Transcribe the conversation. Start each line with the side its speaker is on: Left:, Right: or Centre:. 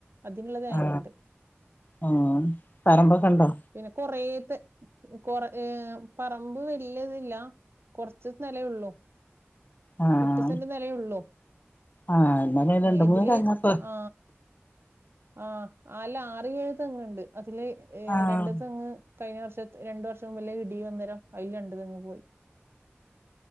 Right: അതിനുള്ള തേങ്ങണ്ട്
Left: ആ ആ പറമ്പൊക്കെ ഉണ്ടോ
Right: പിന്നെ കൊറേ ന്ത് കൊറ ഏ പറമ്പ് ഇലിയതല്ല കൊറച്ച് നിലയുള്ളൂ
Left: ആ ആ
Right: എട്ട് സെന്റ് നിലയുള്ളു
Left: ആഹ് ഇന്നലെ
Right: ഏ
Left: രണ്ട്
Right: ഇതില്
Left: മൂന്ന് തെങ്ങൊക്കെ
Right: ആ ആഹ് അല്ല ആറി എഴുതെങ്ണ്ട് ഇതില് ഏ
Left: ആഹ്
Right: രണ്ട് തെങ് കഴിഞ്ഞ വർഷ ത് രണ്ടു വർഷം മുമ്പല്ലേ ഇടി വന്നേരം അയിൽ രണ്ടു തെങ്ങ് പോയി